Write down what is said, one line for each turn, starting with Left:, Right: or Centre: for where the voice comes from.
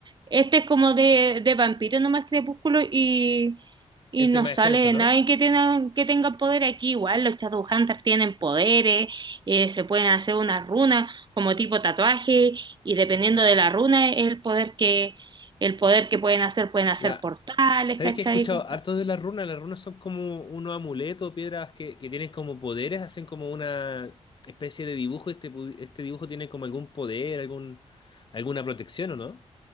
Right: este es como de, de vampiro nomás Crepúsculo y, y
Left: Este
Right: no
Left: es más
Right: sale
Left: extenso, ¿no?
Right: nadie que tenga, que tenga poder aquí. Igual los Shadowhunters tienen poderes, eh, se pueden hacer unas runas como tipo tatuaje y dependiendo de la runa es el poder que, el poder que pueden hacer, pueden hacer
Left: La,
Right: portales,
Left: ¿sabéis
Right: ¿cachai?
Left: que he escuchado
Right: Cosas
Left: harto
Right: así.
Left: de las runas? Las runas son como unos amuletos, piedras que, que tienen como poderes, hacen como una especie de dibujo, este, pu- este dibujo tiene como algún poder, algún, alguna protección, ¿o no?